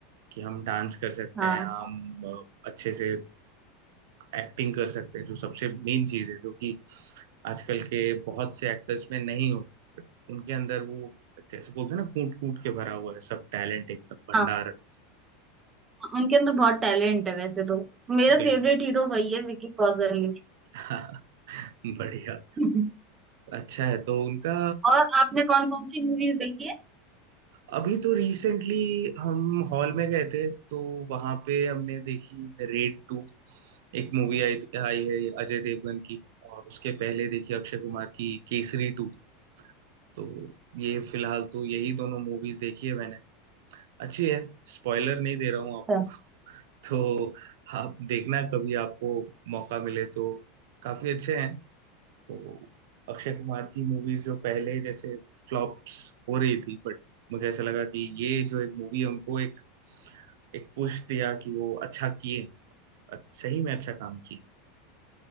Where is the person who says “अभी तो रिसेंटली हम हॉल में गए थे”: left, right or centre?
Right